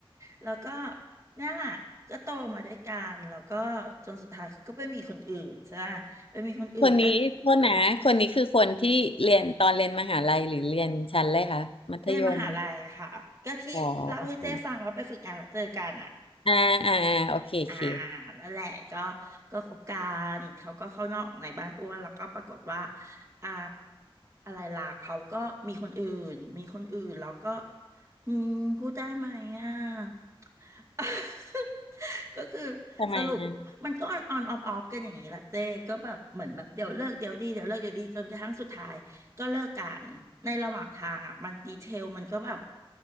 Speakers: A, on the right (about 30°); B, on the left (about 75°).
A: แล้วก็เนี่ยแหละก็โตมาด้วยกันแล้วก็จนสุดท้ายก็ไปมีคนอื่นใช่ไหมไปมีคนอื่นก็
B: คนนี้โทษนะคนนี้คือคนที่เรียนตอนเรียนมหาลัยหรือเรียนชั้นเลยคะมัธยม
A: เรียนมหาลัยอะค่ะก็ที่เล่าให้เจ๊ฟังว่าไปฝึกงานแล้วเจอกันอ่ะ
B: อ๋อโอเคอ่าอ่าอ่าโอเคโอเค
A: อ่านั่นแหละก็ก็คบกันเขาก็เข้านอกในบ้านอ้วน แล้วก็ปรากฏว่าอ่าอะไรล่ะเขาก็มีคนอื่น มีคนอื่นแล้วก็อืมพูดได้ไหมอ่ะ <laughs> ก็คือ
B: ทำไมอ่ะ
A: สรุปมันก็ออนออนออฟออฟกันอย่างนี้แหละเจ้ก็แบบเหมือนแบบเดี๋ยวเลิกเดี๋ยวดีเดี๋ยวเลิกเดี๋ยวดีจนกระทั่งสุดท้ายก็เลิกกันในระหว่างทางอ่ะมันดีเทลมันก็แบบ